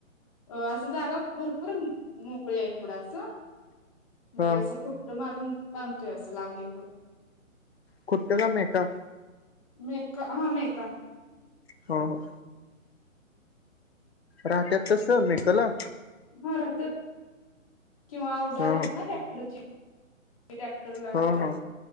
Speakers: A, on the left; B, on the left.
A: अ असं जागा भरपूर मोकळी आहे पुढं असं. मग
B: हा
A: ते असं खुट्ट मारून बांधतोय असं लांबे करून
B: खुट्ट का मे का?
A: मेका हा मेका
B: हा ह. राहत्यात तसं मी तला
A: हो राहत किंवा अजार
B: ह
A: आहेत ना टॅक्टरची ट्रॅक्टर ला
B: ह ह
A: कर
B: ह